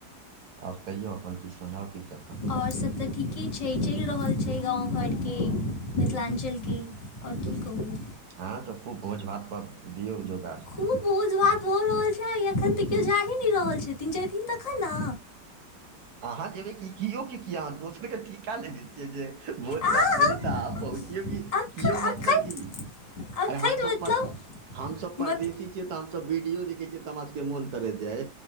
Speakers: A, on the right (about 60°); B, on the left (about 20°).
A: आओर कहियो अपन कि सुनल कि जे?
B: आओर सभ तऽ ठीके छै, चलि रहल छै गाम घरके। मिथिलांचलके आओर की कहू।
A: हँ तऽ खूब भोज भात पर दियौ जोगाड़।
B: खूब भोज भात भऽ रहल छै, आ अखन तऽ केओ जा ही नहि रहल छथिन, जथिन तखन ने।
A: अहाँ जेबै ई की, किए अहाँ दोसरके ठीका नहि दैत छियै जे भोज
B: आ
A: भात
B: हम
A: भेलै तऽ अहाँ पहुँचियौ कि?
B: अख-
A: किओ
B: अखन
A: मतलब कि
B: अखन
A: अरे हम सब
B: मतलब
A: पर हमस परदेशी
B: मत,
A: तऽ हम सब वीडियो देखे छियै तऽ हमरा सब के मोन तरश जाय